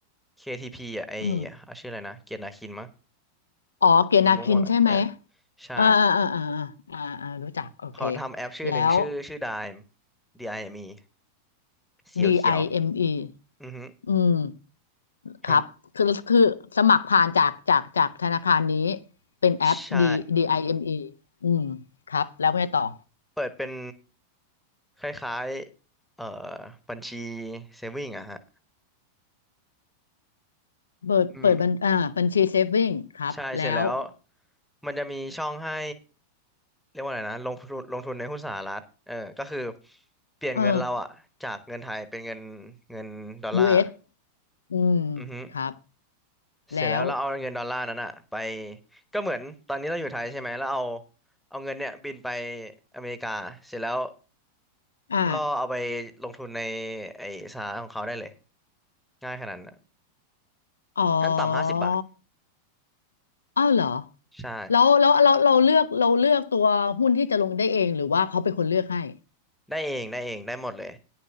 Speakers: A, in the centre; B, on the left (about 70°).
A: KTP อ่ะไอเอาชื่ออะไรนะเกียรตินาคินมั้ง
B: อืมอ๋อเกียรตินาคินใช่ไหม
A: สีม่วงๆนะเออใช่
B: อ่าอ่าอ่าอาอ่าอ่ารู้จักโอเค
A: เขาทำแอปชื่อหนึ่งชื่อชื่อ
B: แล้ว
A: Dime D-I-M-E เอ็มอีเขียวเขียว
B: DIME อเอ็มอี
A: อือฮึ
B: อืม
A: มัน
B: ครับคือคือสมัครผ่านจากจากจากธนาคารนี้เป็นแอป
A: ใช่
B: D ดี i m e อมอีอืมครับแล้วไงต่อ
A: เปิดเป็นคล้ายๆเอ่อบัญชีเซฟวิงอะฮะ
B: เปิดเปิดบัญอ่าบัญชีเซฟวิ่งครับแล้ว
A: อืม ใช่เสร็จแล้วมันจะมีช่องให้เรียกว่าอะไรนะลงทุนลงทุนในหุ้นสหรัฐเออก็คือเปลี่ยนเงินเราอะจากเงินไทยเป็นเงิน
B: เออ
A: เงินดอลลาร์
B: ยูเอ s อืม
A: อือฮึ
B: ครับ
A: เสร็จแล้วเราเอาเงินดอลลาร์นั้นอะไป
B: แล้ว
A: ก็เหมือนตอนนี้เราอยู่ไทยใช่ไหมแล้วเอาเอาเงินเนี่ยบินไปอเมริกาเสร็จแล้ว
B: อ่า
A: ก็เอาไปลงทุนในไอ้สหรัฐของเขาได้เลยง่ายขนาดนั้น
B: อ๋อ
A: ขั้นต่ำห้าสิบบาท
B: อ้าวเหรอ
A: ใช่
B: แล้วแล้วเราเราเลือกเราเลือกตัวหุ้นที่จะลงได้เองหรือว่าเขาเป็นคนเลือกให้
A: ได้เองได้เองได้หมดเลย